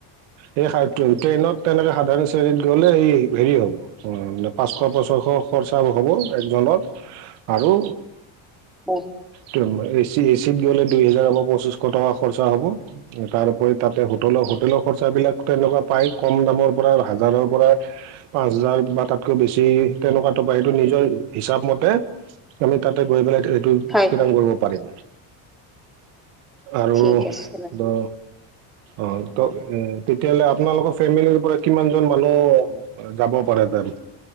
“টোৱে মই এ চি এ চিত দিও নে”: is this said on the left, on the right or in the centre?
Right